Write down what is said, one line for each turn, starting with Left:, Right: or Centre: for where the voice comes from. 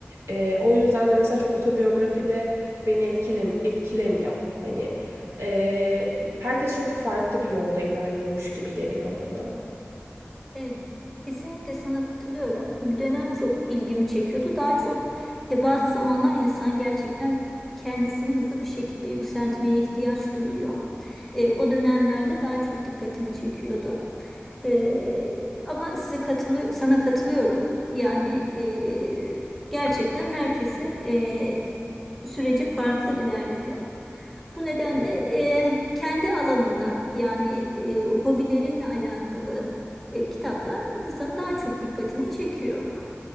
Right: Eee, o yüzden de mesela çok otobiyografi de beni etkile, etkilemiyor. Hani eee, herkes çünkü farklı bir yolda ilerliyormuş gibi geliyor bana.
Centre: E, kesinlikle sana katılıyorum. Bir dönem çok ilgimi çekiyordu. Daha çok e, bazı zamanlar insan gerçekten kendisini hızlı bir şekilde yükseltmeye ihtiyaç duyuyor. E, o dönemlerde daha çok dikkatimi çekiyordu. E, ama size katılı sana katılıyorum. Yani e, gerçekten herkesin e, süreci farklı ilerliyor. Bu nedenle e, kendi alanında yani e, hobilerinle alakalı e, kitaplar insanın daha çok dikkatini çekiyor.